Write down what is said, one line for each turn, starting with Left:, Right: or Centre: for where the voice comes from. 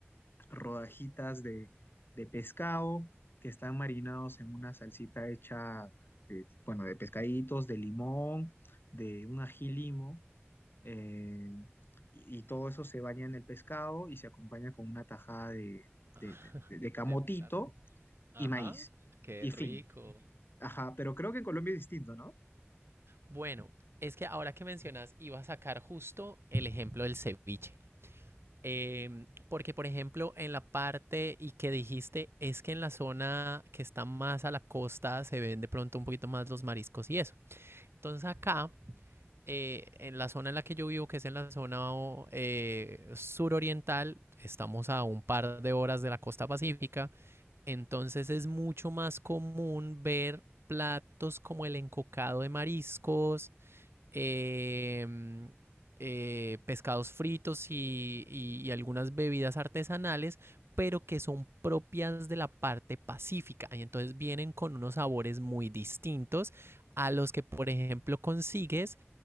Left: rodajitas de, de pescado que están marinados en una salsita hecha de, bueno, de pescaditos, de limón, de un ají limo, eh, y, y todo eso se baña en el pescado y se acompaña con una tajada de,
Right: Ah,
Left: de, de- de de camotito
Right: De plátano. Ajá,
Left: y maíz.
Right: qué
Left: Y
Right: rico.
Left: fin. Ajá, pero creo que en Colombia es distinto, ¿no?
Right: Bueno, es que ahora que mencionas, iba a sacar justo el ejemplo del ceviche. Em, porque, por ejemplo, en la parte y que dijiste, es que en la zona que está más a la costa se ven de pronto un poquito más los mariscos y eso. Entonces acá, eh, en la zona en la que yo vivo, que es en la zona o- eh, suroriental, estamos a un par de horas de la costa pacífica, entonces es mucho más común ver platos como el encocado de mariscos, eh, eh, pescados fritos y, y- y algunas bebidas artesanales, pero que son propias de la parte pacífica. Y entonces vienen con unos sabores muy distintos a los que, por ejemplo, consigues